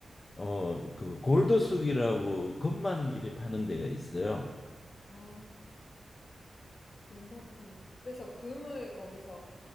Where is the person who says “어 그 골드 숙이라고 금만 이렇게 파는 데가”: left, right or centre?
Left